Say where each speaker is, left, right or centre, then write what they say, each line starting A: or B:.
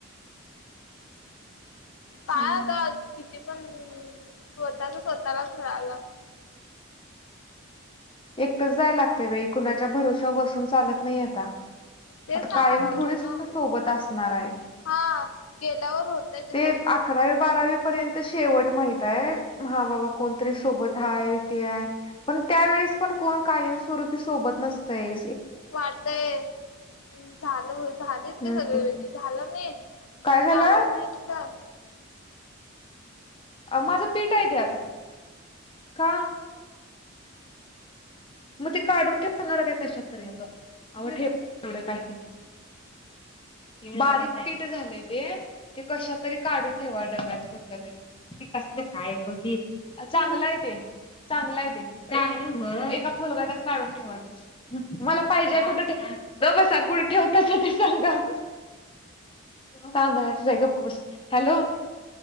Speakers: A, on the left; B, on the left.
A: काय
B: हम्म
A: आता किती पण स्वतःच स्वतःलाच <unintelligible>
B: एकटंच जाय लागते वेळी कुणाच्या भरोश्यावर बसून चालत नाही आता.
A: ते
B: आता
A: सांगा
B: कायम
A: लागलो
B: थोडीच
A: ना
B: सोबत असणार आहे.
A: हा गेल्यावर होतय त
B: ते
A: तस.
B: अकरावी बारावी पर्यंत शेवट माहित आहे हा बाबा कोण? सोबत हाय ते आहे पण त्यावेळेस पण कोण कायमस्वरूपी सोबत नसतय.
A: वाटतय झालं हो झालीत
B: हम्म
A: ते सगळे वेगळे. झालं नाही
B: काय
A: तुम्ही
B: झालं
A: आल नाही सुधा
B: माझं पीठ आहे त्यात का? मग ते काढून ठेवणार काय कशापरी ठेव एवढं काय ते बारीक पीठ झालंय ते. ते कशात तरी काढून ठेवा डब्यात कुठल्या तरी कस ते काय बघी चांगलं आहे ते चांगला आहे ते चांग एका फलगटात काढून ठेवा ते मला पाहिजे कुठेे बसा कुठे ठेवता अस ते सांगा. तांदळातच आहे गप्प बस हॅलो.